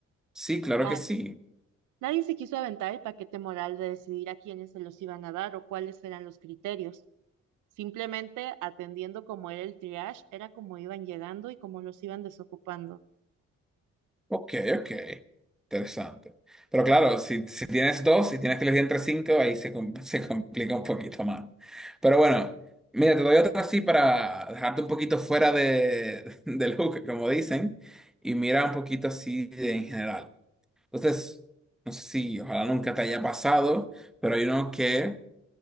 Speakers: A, in the centre; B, on the right.
A: sí, claro
B: ya.
A: que sí.
B: Nadie se quiso aventar el paquete moral de decidir a quiénes se los iban a dar o cuáles eran los criterios. Simplemente atendiendo cómo era el triage, era como iban llegando y cómo los iban desocupando.
A: Ok, ok. Interesante. Pero claro, si, si tienes dos y tienes que elegir entre cinco, ahí se, com- <laughs> se complica un poquito más. Pero bueno, mira, te doy otra así para dejarte un poquito fuera de, <laughs> del hook, como dicen, y mira un poquito así de- en general. Entonces, no sé si ojalá nunca te haya pasado, pero hay uno que